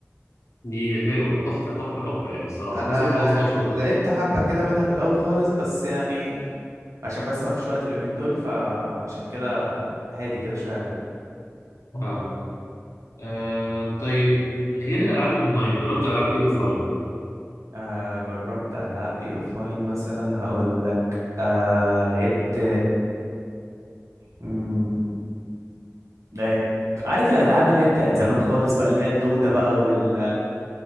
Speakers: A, on the left; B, on the right.
A: دي حلوه تحفه تحفه تحفه يعني الصراحه
B: انا
A: لسه ما خلصتهاش
B: يعني
A: لغايه دلوقتي
B: لعبت حبه كده منها في الاول خالص بس يعني عشان بس ما فيش وقت اليومين دول فعشان كده هادي كده شويه عليه
A: فاهمك آه طيب غير الالعاب الاونلاين جربت العاب ايه اوفلاين
B: آه جربت العاب ايه اوفلاين مثلا هقول لك آه لعبت مم، لعبت عارف الالعاب اللي هي بتاعت زمان خالص بقى اللي هي الدوده بقى وال